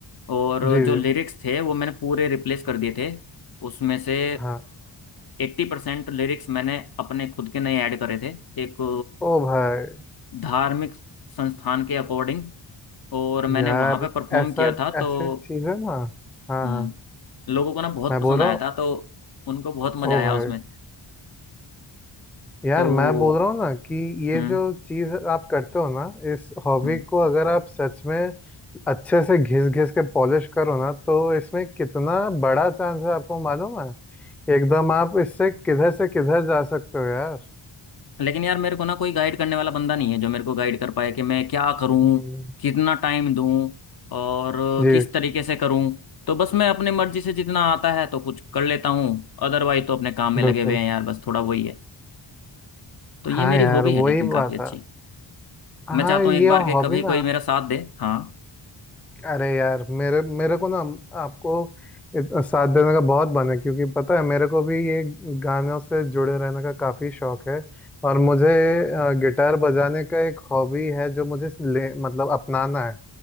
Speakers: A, on the left (about 45°); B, in the centre.
A: और
B: जी
A: जो
B: जी
A: लिरिक्स थे वो मैंने पूरे रिप्लेस कर दिए थे उसमें से
B: हाँ
A: एट्टी परसेंट लिरिक्स मैंने अपने खुद के नए ऐड करे थे एक
B: ओ भाई
A: अ, धार्मिक संस्थान के अकॉर्डिंग और मैंने
B: यार
A: वहां पे परफॉर्म
B: ऐसा
A: किया था
B: ऐसे
A: तो
B: चीज है ना हाँ
A: हम्म
B: हाँ
A: लोगों को ना बहुत
B: मैं
A: पसंद
B: बोल रहा
A: आया
B: हूँ
A: था तो उनको बहुत मजा
B: ओ
A: आया
B: भाई
A: उसमें
B: यार
A: तो
B: मैं बोल रहा हूँ ना कि ये
A: हम्म
B: जो चीज आप करते हो ना इस हॉबी
A: हम्म
B: को अगर आप सच में अच्छे से घिस घिस के पॉलिश करो ना तो इसमें कितना बड़ा चांस है आपको मालूम है एकदम आप इससे किधर से किधर जा सकते हो यार
A: लेकिन यार मेरे को ना कोई गाइड करने वाला बंदा नहीं है जो मेरे को गाइड कर पाए कि मैं क्या करूं
B: हम्म,
A: कितना टाइम दूं और
B: जी
A: किस तरीके से करूं तो बस मैं अपने मर्जी से जितना आता है तो कुछ कर लेता हूँ अदरवाइज तो अपने काम में लगे
B: बिल्कुल
A: हुए हैं यार बस थोड़ा वही है तो ये
B: हाँ
A: मेरी
B: यार
A: हॉबी है
B: वही
A: लेकिन काफी
B: बात
A: अच्छी
B: है हाँ
A: मैं चाहता
B: ये
A: हूँ एक बार के
B: हॉबी
A: कभी
B: ना
A: कोई मेरा साथ दे हाँ
B: अरे यार मेरे मेरे को ना आपको इत- साथ देने का बहुत मन है क्योंकि पता है मेरे को भी ये गानों से जुड़े रहने का काफ़ी शौक है और मुझे अ, गिटार बजाने का एक हॉबी है जो मुझे ले मतलब अपनाना है